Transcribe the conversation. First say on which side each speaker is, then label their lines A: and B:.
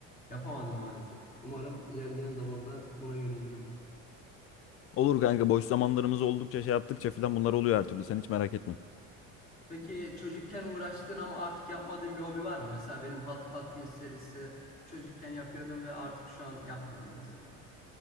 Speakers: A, on the left (about 25°); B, on the left (about 45°).
A: yapamadım maalesef. Umarım ilerleyen zamanda buna yönelirim.
B: Olur kanka boş zamanlarımız oldukça şey yaptıkça filan bunlar oluyor her türlü. Sen hiç merak etme.
A: Peki çocukken uğraştığın ama artık yapmadığın bir hobi var mı? Mesela benim Hot, Hot Wheels serisi çocukken yapıyordum ve artık şu an yapmıyorum mesela.